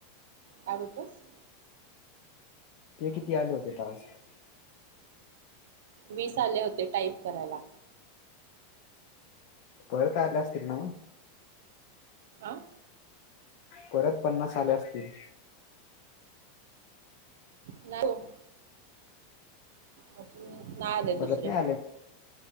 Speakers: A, on the right; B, on the left.
A: काय बोलतंस?
B: ते किती आले होते टास्क?
A: वीस आले होते टाईप करायला.
B: परत आले असतील ना मग.
A: आं!
B: परत पन्नास आले असतील.
A: नाय, हो. अजून नाय आलेत
B: परत
A: दुसरे.
B: नाही